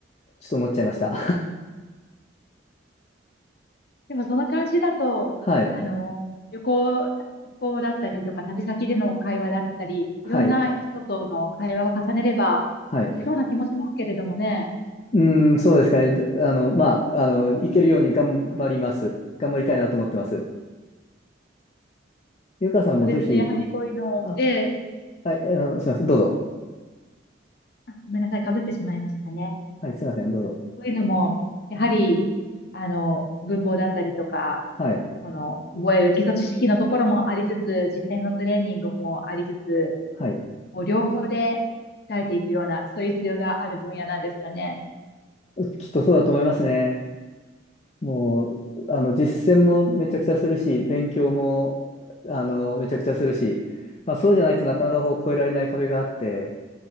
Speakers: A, on the left; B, on the left.
A: ちょっと思っちゃいました。
B: でもその感じだと、
A: <laughs> はい。
B: あの、旅行、旅行だったりとか、旅先での会話だったり、
A: はい。
B: いろんな人との会話を重ねれば、
A: はい。
B: いけそうな気もしますけれどもね。
A: うーん、そうですかね。だあの、まあ、あの、いけるように頑張ります。頑張りたいなと思ってます。ゆかさんもぜひ、
B: そうですね。やはりこういうのを、
A: あ、
B: で、
A: はい、あの、すいません。どうぞ。
B: あ、ごめんなさい。かぶってしまいましたね。
A: はい、すいません。どうぞ。
B: こういうのも、やはり、あの、文法だったりとか、
A: はい。
B: この、覚える基礎知識のところもありつつ、実践のトレーニングもありつつ、
A: はい。
B: こう両方で鍛えていくような、そういう必要がある分野なんですかね。
A: きっとそうだと思いますね。もう、あの、実践もめちゃくちゃするし、勉強も、あの、めちゃくちゃするし、まあ、そうじゃないとなかなかこう、越えられない壁があって、